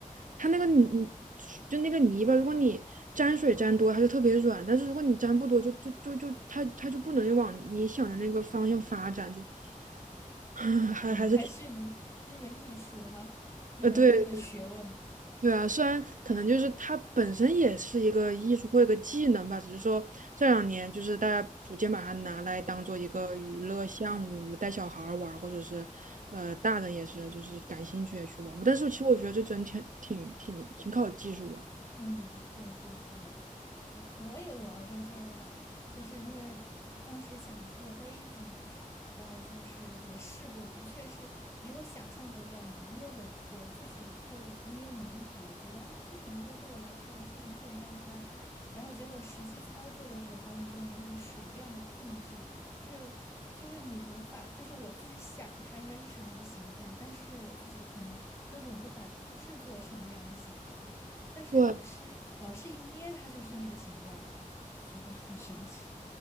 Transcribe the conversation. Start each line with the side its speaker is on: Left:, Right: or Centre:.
Right: 它那个泥就那个泥巴，如果你沾水沾多，它就特别软，但是如果你沾不多，就就就就它它就不能往你想的那个方向发展，就 <laughs> <sighs> 还还是挺
Left: 嗯，还是一门是一门艺术哈，一门一门学问。
Right: 呃对对啊，虽然可能就是它本身也是一个艺术或一个技能吧，只是说这两年就是大家逐渐把它拿来当做一个娱乐项目，带小孩儿玩儿或者是呃大人也是就是感兴趣也去玩儿。但是其实我觉得这真挺挺挺挺考技术的。
Left: 嗯，对对对，而且我也玩过这个，就是因为 <clears throat> 当时想做杯子嘛，然后就是也试过，的确是比我想象的要难，因为我我自己会捏粘土，我觉得啊这种应该对我来说还是很简单的吧，然后结果实际操作的时候发现，真的那个水量的控制就是。就是你无法，就是我自己想它应该是什么样的形状，但是我自己可能根本无法制作成那样的形状。但是老师老师一捏它就是那个形状，
Right: 对，
Left: 就觉得很神奇。